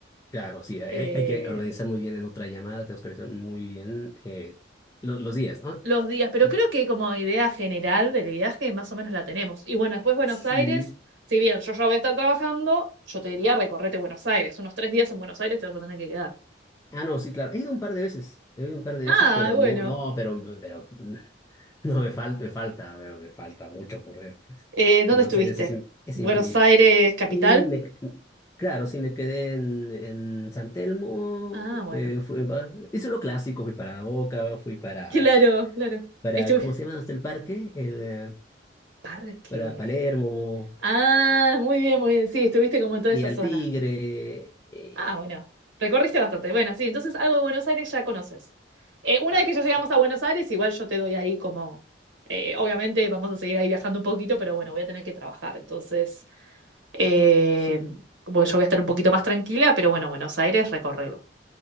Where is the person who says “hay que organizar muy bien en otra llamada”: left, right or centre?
Left